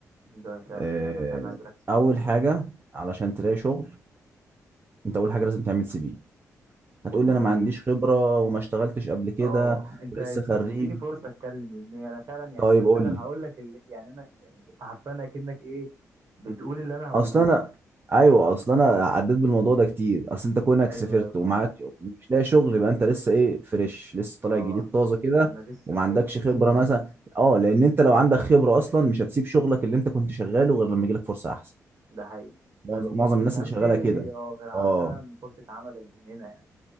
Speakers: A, on the right; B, on the right.
A: ده فعلا
B: آه،
A: ده انا فعلا عايز اركز
B: اول
A: في اللي احنا
B: حاجه
A: فيه
B: علشان تلاقي شغل انت اول حاجه لازم تعمل سي في
A: والله
B: هتقول لي انا ما عنديش خبره وما اشتغلتش قبل كده
A: اه انت
B: ولسه
A: عايز-
B: خريج
A: طب تديني فرصه اتكلم لان انا فعلا يعني
B: طيب
A: انا
B: قول
A: فعلا
B: لي
A: هقول لك اللي... يعني انا يعني انت حرفيا اكنك ايه بتقول اللي انا هقوله
B: اصل انا
A: لك
B: ايوه اصل انا عديت بالموضوع ده كتير اصل انت كونك
A: ايوه
B: سافرت
A: ايوه
B: ومعاك
A: فاهمك
B: مش لاقي شغل يبقى انت لسه ايه فريش لسه طالع
A: اه
B: جديد طازه كده
A: انا لسه
B: وما
A: فريش
B: عندكش
A: في
B: خبره
A: ايه
B: مثلا اه لان انت لو عندك خبره اصلا مش هتسيب شغلك اللي انت كنت شغاله غير لما يجيلك فرصه احسن
A: ده حقيقي
B: معظم
A: طيب ما كنتش
B: معظم الناس
A: همشي
B: اللي شغاله كده
A: اه غير على
B: اه
A: فعلا فرصه عمل من هنا يعني